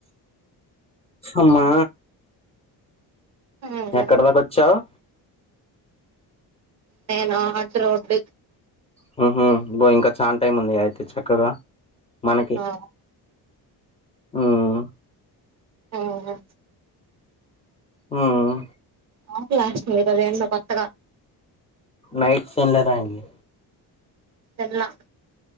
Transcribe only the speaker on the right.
ఉమ్
నేనా ఆడ్డ రోడ్డు
ఆ
ఉ హు
నాకు లాస్ట్ అదేన్నో కొత్తగా
ఎల్లా